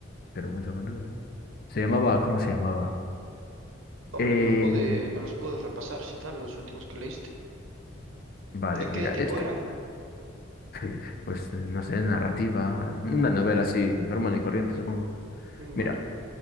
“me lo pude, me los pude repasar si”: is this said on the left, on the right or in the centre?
Right